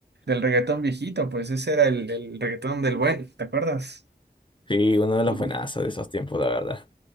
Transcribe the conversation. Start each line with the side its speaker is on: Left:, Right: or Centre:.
Right: del reggaetón viejito, pues ese era el, el reggaetón del buen, ¿te acuerdas?
Left: Sí, uno de los
Right: Ok,
Left: buenazos de esos tiempos, la verdad.